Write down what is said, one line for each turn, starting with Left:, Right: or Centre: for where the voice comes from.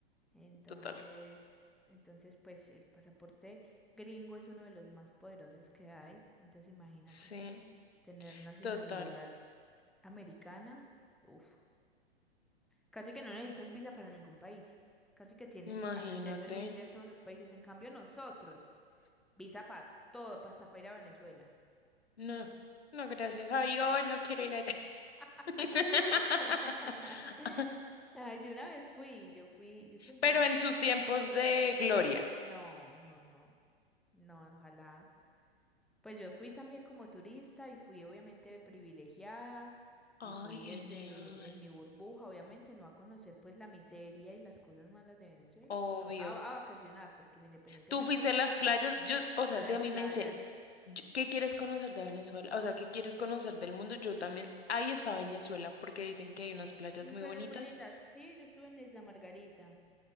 Centre: Entonces,
Left: total.
Centre: entonces, pues el pasaporte gringo es uno de los más poderosos que hay. Entonces, imagínate,
Left: Sí,
Centre: tener nacionalidad
Left: total,
Centre: americana, uff, casi que no necesitas visa para ningún país. Casi que tienes
Left: imagínate.
Centre: acceso libre a todos los países. En cambio, nosotros, visa para todo, pa' hasta para ir a Venezuela.
Left: No, no, gracias a Dios, no quiero ir allá.
Centre: <laughs>
Left: <laughs>
Centre: Ay, yo una vez fui, yo fui, yo soy en Venezuela.
Left: Pero en sus tiempos de gloria.
Centre: No, no, no. No, ojalá. Pues yo fui también como turista y fui obviamente privilegiada y
Left: Ay,
Centre: fui
Left: genial.
Centre: desde en mi burbuja, obviamente, no a conocer pues la miseria y las cosas malas de Venezuela,
Left: Obvio.
Centre: sino a, a vacacionar, porque independientemente
Left: Tú fuiste a las playas, yo, o sea,
Centre: a las
Left: si a mí
Centre: playas.
Left: me dicen, "Yo- ¿qué quieres conocer de Venezuela? O sea, ¿qué quieres conocer del mundo? Yo también, ahí está Venezuela, porque dicen que hay unas playas
Centre: Unas
Left: muy
Centre: playas
Left: bonitas.
Centre: muy lindas. Sí, yo estuve en Isla Margarita.